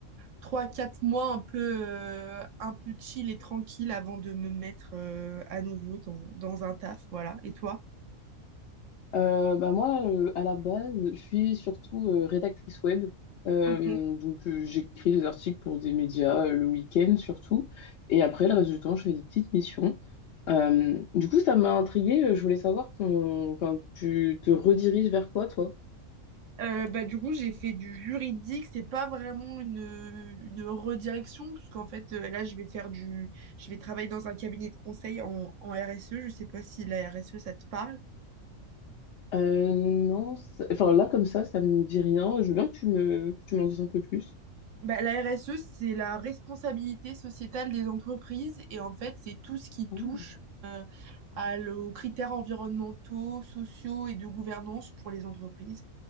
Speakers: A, on the right (about 70°); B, on the left (about 60°).
A: trois, quatre mois un peu, euh, un peu chill et tranquille avant de me mettre euh, à nouveau dans, dans un taf. Voilà. Et toi?
B: Euh, bah moi, euh, à la base, je suis surtout euh, rédactrice web. Euh,
A: Ok.
B: donc, euh, j'écris des articles pour des médias euh, le week-end surtout. Et après, le reste du temps, je fais des petites missions. Euh, du coup, ça m'a intriguée. euh, Je voulais savoir ton, enfin, tu te rediriges vers quoi, toi?
A: Euh, bah, du coup, j'ai fait du juridique. C'est pas vraiment une, une redirection, puisqu'en fait, euh, là, je vais faire du, je vais travailler dans un cabinet de conseil en, en RSE. Je sais pas si la RSE, ça te parle.
B: Euh, non, ça- enfin là, comme ça, ça me dit rien. Je veux bien que tu me, que tu m'en dises un peu plus.
A: Bah, la RSE, c'est la responsabilité sociétale des entreprises. Et en fait, c'est tout ce qui touche
B: Ah.
A: euh, à le- aux critères environnementaux, sociaux et de gouvernance pour les entreprises.